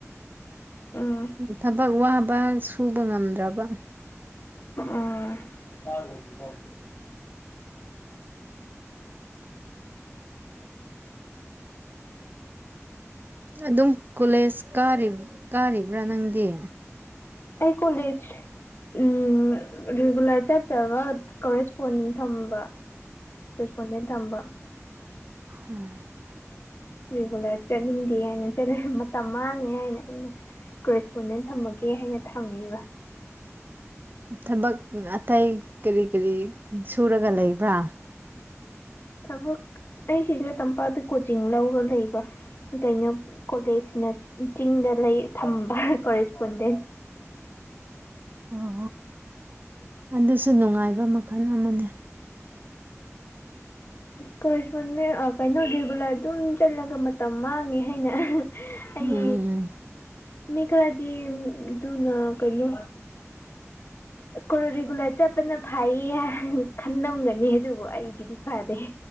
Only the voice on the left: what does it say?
ꯎꯝ
ꯎꯝ ꯎꯝ
ꯑꯩ ꯀꯣꯂꯦꯖ ꯎꯝ ꯔꯤꯒꯨꯂꯔ ꯆꯠꯇꯕ ꯀꯣꯔꯦꯁꯄꯣꯟꯗꯤꯡ ꯊꯝꯕ ꯈꯨꯁꯄꯣꯟꯗꯅ ꯇꯝꯕ꯫
ꯔꯤꯒꯨꯂꯔ ꯆꯠꯅꯤꯡꯗꯦ ꯍꯥꯏꯅ ꯆꯠꯂꯦ ꯃꯇꯝ ꯃꯥꯡꯉꯦ ꯍꯥꯏꯅ ꯑꯩꯅ꯫ ꯀꯦꯁꯄꯣꯟꯗꯦꯟ ꯊꯝꯃꯒꯦ ꯍꯥꯏꯅ ꯊꯝꯃꯤꯕ꯫
ꯊꯕꯛ ꯑꯩꯁꯤꯗ ꯇꯝꯄꯥꯛꯇ ꯀꯣꯆꯤꯡ ꯂꯧꯔ ꯂꯩꯕ ꯀꯩꯅꯣ ꯀꯣꯂꯦꯖ꯫ ꯆꯤꯡꯗ ꯂꯩ ꯊꯝꯕ ꯀꯤꯔꯦꯁꯄꯣꯟꯗꯦꯟ꯫
ꯀꯣꯔꯦꯁꯄꯣꯟꯅꯦ ꯀꯩꯅꯣ ꯔꯤꯒꯨꯂꯔ ꯑꯗꯨꯝ ꯆꯠꯂꯒ ꯃꯇꯝ ꯃꯥꯡꯉꯦ ꯍꯥꯏꯅ꯫ ꯑꯩ
ꯃꯤ ꯈꯔꯗꯤ ꯑꯗꯨꯅ ꯀꯩꯅꯣ꯫ ꯀꯦꯔꯤꯒꯨꯂꯦꯇꯔ꯫ ꯐꯩꯌꯦ ꯈꯟꯂꯝꯒꯅꯤ ꯑꯗꯨꯕꯨ ꯑꯩꯒꯤꯗꯤ ꯐꯗꯦ꯫